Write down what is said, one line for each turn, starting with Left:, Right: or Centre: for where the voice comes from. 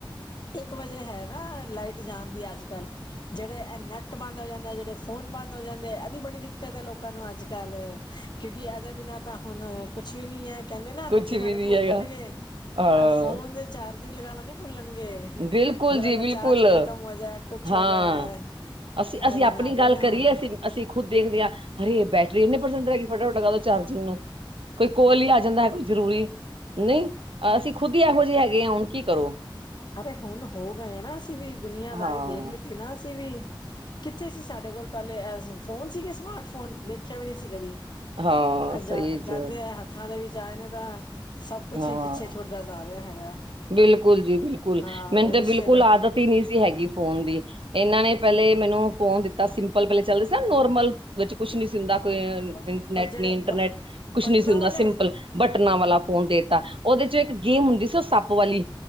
Left: ਇੱਕ ਵਜੇ ਹੈ ਨਾ, ਲਾਈਟ ਜਾਣ ਦੀ, ਅੱਜ ਕੱਲ ਜਿਹੜੇ, ਇਹ ਨੈੱਟ ਬੰਦ ਹੋ ਜਾਂਦੇ, ਜਿਹੜੇ ਫੋਨ ਬੰਦ ਹੋ ਜਾਂਦੇ ਆ। ਐਦੀ ਬੜੀ ਦਿੱਕਤ ਹੈ, ਲੋਕਾਂ ਨੂੰ, ਅੱਜ ਕੱਲ, ਕਿਉਂਕਿ ਇਹਦੇ ਬਿਨਾਂ ਤਾਂ ਹੁਣ ਕੁੱਛ ਵੀ ਨੀ ਹੈ। ਕਹਿੰਦੇ ਨਾ,
Right: ਕੁਝ
Left: ਰੋਟੀ
Right: ਵੀ
Left: ਖਾਣੀ
Right: ਨਹੀਂ
Left: ਭੁੱਲ
Right: ਹੈਗਾ
Left: ਜਾਣਗੇ,
Right: ਹਾਂ
Left: ਫੋਨ ਦੇ ਚਾਰਜਿੰਗ ਲਗਾਣਾ ਨਹੀਂ ਭੁੱਲਣਗੇ।
Right: ਬਿਲਕੁਲ
Left: ਜ਼ਰਾ
Right: ਜੀ
Left: ਜ
Right: ਬਿਲਕੁਲ
Left: ਚਾਰਜ ਖਤਮ ਹੋ ਜਾਏ, ਕੁਛ
Right: ਹਾਂ
Left: ਹੋ ਜਾਏ,
Right: ਅਸੀਂ ਅਸੀਂ
Left: ਇਹ ਦਿਨ
Right: ਆਪਣੀ
Left: ਆ ਗਏ
Right: ਗੱਲ
Left: ਨੇ
Right: ਕਰੀਏ
Left: ਹੁਣ।
Right: ਅਸੀਂ ਅਸੀਂ, ਖੁਦ ਦੇਖਦੇ ਹਾਂ, ਹਰੇ ਬੈਟਰੀ ਇੰਨੇ ਪ੍ਰਸੰਟ ਰਹਿ ਗਈ, ਫਟਾਫਟ ਲਗਾ ਦੋ ਚਾਰਜਿੰਗ ਨੂੰ। ਕੋਈ ਕਾੱਲ ਹੀ ਆ ਜਾਂਦਾ ਹੈ, ਕੋਈ ਜ਼ਰੂਰੀ, ਨਹੀਂ ਅਸੀਂ ਖੁਦ ਹੀ, ਇਹੋ ਜਿਹੇ ਹੈਗੇ ਹ ਹੁਣ, ਕੀ ਕਰੋ
Left: ਅਰੇ ਹੁਣ ਹੋ ਗਏ ਨਾ ਅਸੀਂ ਵੀ, ਦੁਨੀਆਂਦਾਰੀ
Right: ਹਾਂ
Left: ਦੇਖ ਲਿੱਤੀ ਨਾ, ਅਸੀਂ ਵੀ। ਕਿਥੇ ਸੀ ਸਾਡੇ ਕੋਲ, ਪਹਿਲੇ ਫੋਨ ਸੀਗੇ ਸਮਾਰਟ ਫੋਨ, ਦੇਖਿਆ ਵੀ ਨਹੀਂ ਸੀ ਕਦੀ।
Right: ਹਾਂ
Left: ਜਦ
Right: ਸਹੀ ਚ
Left: ਦੇ ਐ ਹੱਥ ਹੱਖਾਂ, ਦੇ ਵਿੱਚ ਆਏ ਨੇ ਤਾਂ, ਸਭ ਕੁਝ
Right: ਹਾਂ
Left: ਹੀ ਪਿੱਛੇ ਛੁੱਟਦਾ ਜਾ ਰਿਹਾ ਹੈਗਾ।
Right: ਬਿਲਕੁਲ, ਜੀ, ਬਿਲਕੁਲ,
Left: ਹਾਂ
Right: ਮੈਨੂੰ
Left: ਉਹ
Right: ਤੇ,
Left: ਰਿਸ਼ਤੇ
Right: ਬਿਲਕੁਲ
Left: ਦਾ
Right: ਆਦਤ, ਨਹੀਂ ਸੀ ਹੈਗੀ ਫੋਨ ਦੀ, ਇਹਨਾਂ ਨੇ ਪਹਿਲੇ, ਮੈਨੂੰ ਫੋਨ ਦਿੱਤਾ ਸਿੰਪਲ, ਪਹਿਲੇ ਚੱਲਦੇ ਸੀ ਨਾ ਨੋਰਮਲ। ਵਿੱਚ ਕੁਛ ਨੀ ਸੁ ਹੁੰਦਾ ਕੋਈ,
Left: ਉਹ
Right: ਇਨੈਟ
Left: ਜਿਹੜੇ
Right: ਨ ਇੰਟਰਨੈਟ
Left: ਬ
Right: ਕੁਛ
Left: ਬਟਨਾਂ
Right: ਨੀ, ਸੀ ਹੁੰਦਾ
Left: ਵਾਲੇ
Right: ਸਿੰਪਲ। ਬਟਨਾਂ ਵਾਲਾ ਫੋਨ ਦੇਤਾ, ਉਹਦੇ ਚੋਂ ਇੱਕ ਗੇਮ ਹੁੰਦੀ ਸੀ, ਉਹ ਸੱਪ ਵਾਲੀ।